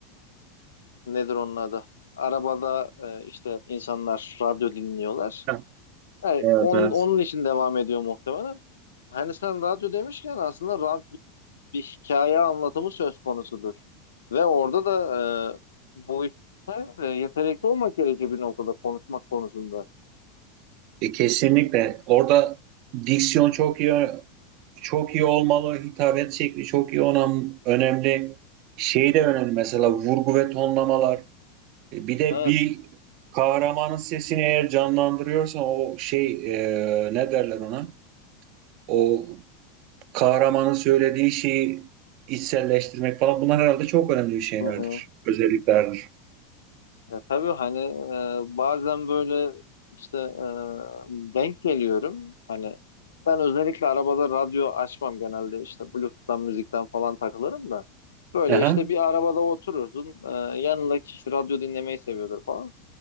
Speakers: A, on the left; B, on the right.
A: nedir onun adı? Arabada e, işte insanlar radyo dinliyorlar.
B: Ha,
A: Yani
B: Evet,
A: onun,
B: evet.
A: onun için devam ediyor muhtemelen. Hani sen radyo demişken aslında radyo bir hikaye anlatımı söz konusudur. Ve orada da e, bu işte e, yetenekli olmak gerekir bir noktada konuşmak konusunda.
B: E, kesinlikle. Orada diksiyon çok iyi çok iyi olmalı. Hitabet şekli çok iyi olan önemli. Şey de önemli mesela vurgu ve tonlamalar. E, Bir de
A: Evet.
B: bir kahramanın sesini eğer canlandırıyorsan o şey e, ne derler ona? O kahramanın söylediği şeyi içselleştirmek falan bunlar herhalde çok önemli şeylerdir,
A: Hı hı.
B: özelliklerdir.
A: Ya tabii hani e, bazen böyle işte e, denk geliyorum. Hani ben özellikle arabada radyo açmam genelde işte Bluetooth'tan müzikten falan takılırım da. Böyle
B: Aha,
A: işte bir arabada oturursun. E, yanındaki kişi radyo dinlemeyi seviyordur falan.